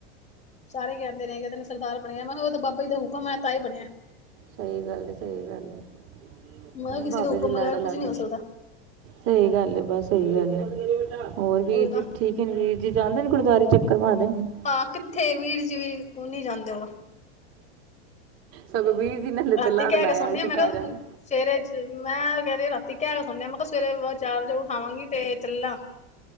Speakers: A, on the left (about 20°); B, on the right (about 50°).
A: ਸਾਰੇ ਕਹਿੰਦੇ ਨੇ ਕਹਿੰਦੇ ਨੇ, ਸਰਦਾਰ ਬਣਿਆ ਮੈਂ ਕਿਹਾ, ਉਹ ਤਾਂ ਬਾਬਾ ਜ ਦਾ ਹੁਕਮ ਹੈ, ਤਾਂ ਇਹ ਬਣਿਆ
B: ਸਹੀ ਗੱਲ ਡ ਸਹੀ ਗੱਲ <unintelligible>
A: ਮੈਂ
B: ਹੈਂ,
A: ਕਿ, ਹਾ ਕਿਸੇ
B: ਬਾਬੇ
A: ਦਾ ਹੁਕਮ
B: ਦੇ ਲੜ
A: ਵਗੈਰਾ
B: ਲੱਗ
A: ਕੁੱਝ ਨਹੀਂ
B: ਗਏ।
A: ਹੋ ਸਕਦਾ।
B: ਸਹੀ ਗੱਲ ਹੈ, ਬਸ ਹੋ ਜਾਂਦੇ ਨੇ, ਹੋਰ ਵੀਰ
A: ਉਹੀ
B: ਜੀ
A: ਤਾਂ
B: ਠੀਕ। ਵੀਰ ਜੀ ਜਾਂਦੇ ਨੇ, ਗੁਰਦੁਆਰੇ ਚੱਕਰ ਮਾਰਦੇ ਨੇ।
A: ਹਾਂ, ਕਿੱਥੇ ਵੀਰ ਜੀ, ਵੀਰ ਜੀ ਨੀ ਜਾਂਦੇ ਹੁਣ।
B: ਸੁਖਬੀਰ ਜੀ ਨੇ ਲੇ ਤੇ
A: ਰਾਤੀ
B: ਲਾੜ
A: ਕਹਿ
B: ਲਾਇਆ
A: ਕੇ ਸੁਣਨੀ
B: ਸੀ,
A: ਆ ਮੈਂ
B: ਸਾਰਿਆਂ
A: ਕਿਹਾ
B: ਨੂੰ।
A: ਸਵੇਰੇ ਚ ਮੈਂ ਕਹਿਦੀ, ਰਾਤੀ ਕਹਿ ਕੇ ਸੋਨੀ ਆ, ਮੈਂ ਕਿਹਾ ਸਵੇਰੇ ਚਾਰ ਵਜੇ ਉਠਾਵਾਂਗੀ ਤੇ ਚੱਲਨਾ।